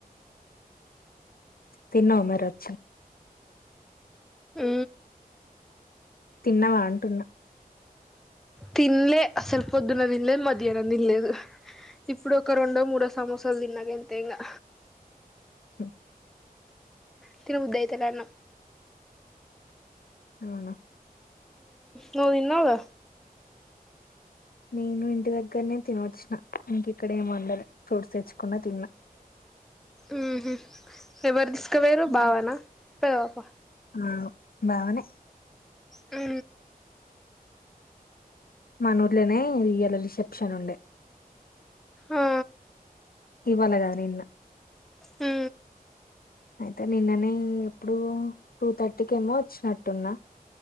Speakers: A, on the left; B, in the centre.
A: తన్న ఉమెర్చ్చ
B: ఆ
A: తిన్నావా అంటున్నా
B: తిల్లేసల్పుొద్దున్నది లేదు మధ్యహనం ని లేదు ఇప్పుడు ఒక రెండో మూడో సమోసాలు తిన్నాక ఎంత ఇంకా
A: హ
B: తరు ఉదయతారన్నాం
A: అవునా
B: నౌ దని నా వగా
A: నేను ఇంటి దగ్గరనే తినవచ్చిన ఇంక ఇక్కడ ఏం వండదు ఫ్రూట్స్ తెచ్చకుండా తిన్నా
B: ఉహ ఎవరు తీసుకోవరు
A: హ్మ్.
B: బావనా పెద పాప
A: ఆ బావనే
B: ఆ
A: మానూర్లోనే రియల రిసెప్షన్ ఉండే
B: ఆ
A: ఇవాాల కదా నిన్న
B: హ
A: అయితే నిన్ననే ఎప్పుడు టూ థర్టీకిమో వచ్చినట్టున్నా